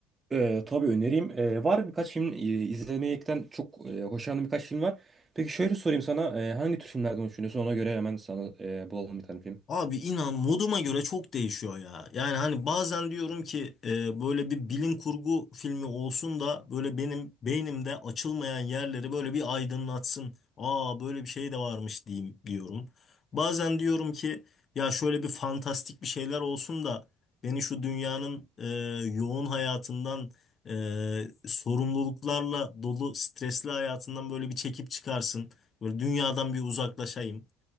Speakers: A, on the right (about 25°); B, on the left (about 40°).
A: e, tabii önereyim. E, var birkaç film e, izlemekten çok e, hoşlandığım birkaç film var. Peki şöyle sorayım sana e, hangi tür filmlerden hoşlanıyorsun? Ona göre hemen sana e, bulalım bir tane film.
B: Abi inan moduma göre çok değişiyor ya. Yani hani bazen diyorum ki e, böyle bir bilim kurgu filmi olsun da böyle benim beynimde açılmayan yerleri böyle bir aydınlatsın. Aa böyle bir şey de varmış diyeyim diyorum. Bazen diyorum ki ya şöyle bir fantastik bir şeyler olsun da beni şu dünyanın e, yoğun hayatından e, sorumluluklarla dolu stresli hayatından böyle bir çekip çıkarsın. Böyle dünyadan bir uzaklaşayım.